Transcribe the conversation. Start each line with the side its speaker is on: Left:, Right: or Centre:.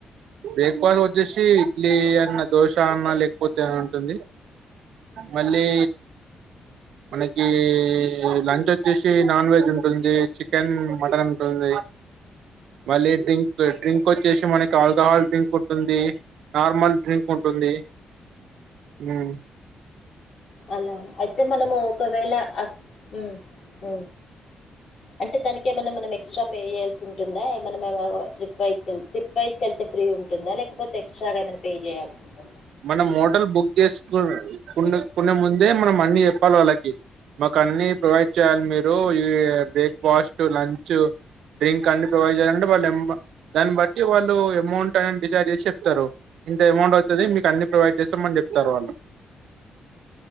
Right: బ్రేక్ఫాస్ట్ వచ్చేసి ఇడ్లీ అ చిన్న దోశా అన్నా లేకపోతే ఉంటుంది మళ్ళీ మనకీ లంచ్ వచ్చేసి నాన్ వెజ్ ఉంటుంది చికెన్ మటన్ ఉంటుంది మళ్ళీ డ్రింక్ క్ డ్రింక్ వచ్చేసి మనకి ఆల్కహాల్ డ్రింక్ ఉంటుంది నార్మల్ డ్రింక్ ఉంటుంది హూమ్
Left: అలా అయితే మనము ఒకవేళ అక్ ఊ ఊ అంటే దానికి ఏమైన్నా మనం ఎక్స్ట్రా పే చేయల్సి ఉంటుందా ఏమన్న మనమ ట్రిప్ వైస్ కెల్ ట్రిప్ వైస్ కెళ్తే ఫ్రీ ఉంటుందా లేకపోతే ఎక్స్ట్రాగా ఏమనా పే చేయాల్సి ఉంటుంది
Right: మనం హోటల్ బుక్ చేసుకు కున్న కొనే ముందే మనం అన్ని చెప్పాలి వాళ్ళకి మాకు అన్నీ ప్రొవైడ్ చేయాలి మీరు ఈ బ్రేక్ఫాస్ట్ లంచ్ డ్రింక్ అన్ని ప్రొవైడ్ చేయాలంటే వాళ్ళు దాన్ని బట్టి వాళ్ళు అమౌంట్ అనే డిసైడ్ చేసి చెప్తారు ఇంత అమౌంట్ అవుతుంది మీకు అన్నీ ప్రొవైడ్ చేస్తామని చెప్తారు వాళ్ళు